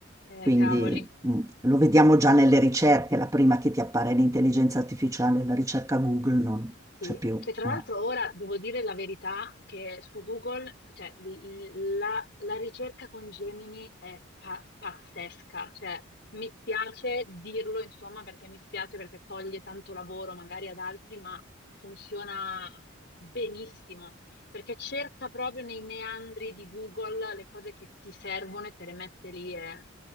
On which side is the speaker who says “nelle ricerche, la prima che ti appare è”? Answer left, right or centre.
Right